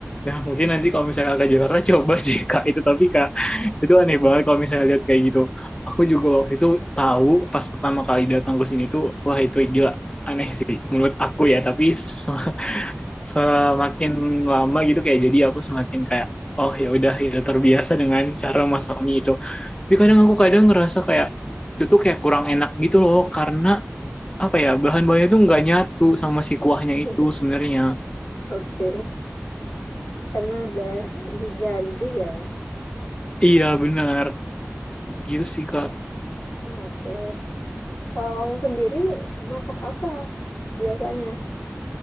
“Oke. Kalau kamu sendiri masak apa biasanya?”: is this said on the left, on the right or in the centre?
Left